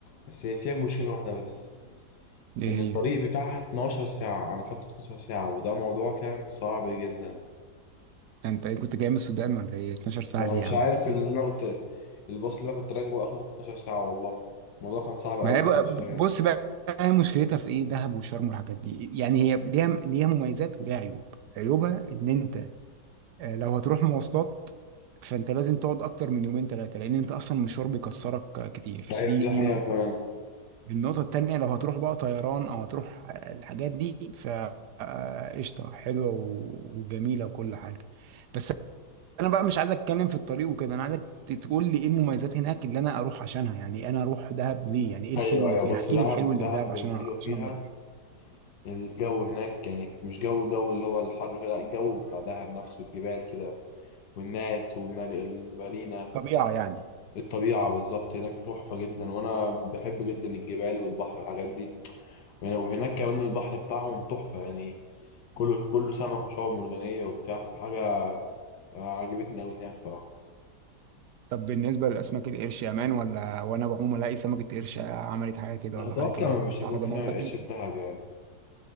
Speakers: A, on the left; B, on the right.
A: بس هي فيها مشكلة واحدة بس
B: ايه
A: إن
B: هي
A: الطريق بتاعها 12 ساعة أنا خدت 12 ساعة وده موضوع كان صعب جدا
B: انت ايه كنت جاي من السودان ولا ايه 12 ساعة
A: أنا
B: ليه
A: مش
B: يا عم
A: عارف اللي أنا كنت الباص اللي أنا كنت راكبه أخده في 12 ساعة والله الموضوع كان صعب أوي
B: ما هي
A: أنت
B: بقى-
A: مش فاهم
B: بص بقى هي مشكلتها في ايه دهب وشرم والحاجات دي يعني هي ليها ليها مميزات وليها عيوب عيوبها ان انت آه، لو هتروح مواصلات فانت لازم تقعد اكتر من يومين ثلاثة لان انت اصلا المشوار بيكسرك آه، كتير
A: أيوة
B: دي
A: دي
B: دي
A: حقيقة
B: نقطة
A: فاهم
B: النقطة التانية لو هتروح بقى طيران او هتروح آه، الحاجات دي ف آه، قشطة حلوة و- وجميلة وكل حاجة بس انا بقى مش عايز اتكلم في الطريق وكده انا عايزك ت- تقول لي ايه المميزات هناك اللي انا اروح عشانها يعني انا اروح دهب ليه يعني ايه الحلو
A: أيوة
B: اللي
A: أيوة
B: فيها
A: بص
B: احكي
A: دهب
B: لي الحلو اللي
A: دهب
B: في دهب عشان
A: الحلوة
B: أ-
A: فيها
B: عشان أنا اروح
A: الجو هناك يعني مش جو جو اللي هو الحر كده لا، الجو بتاع دهب نفسه الجبال كده والناس والمارينا
B: طبيعه يعني
A: الطبيعة بالظبط هناك تحفة جدا وأنا بحب جدا الجبال والبحر والحاجات دي وهنا- وهناك كمان البحر بتاعهم تحفة يعني كله كله سمك وشعاب مرجانية وبتاع في حاجة آه، عجبتني أوي هناك صراحة
B: طب بالنسبه لاسماك القرش يا مان ولا وانا بعوم الاقي سمكه قرش عملت حاجه كده
A: لا
B: ولا
A: أتوقع
B: حاجه كده
A: مش هيكون
B: على ضمانتك
A: في سمك قرش
B: انت
A: في دهب يعني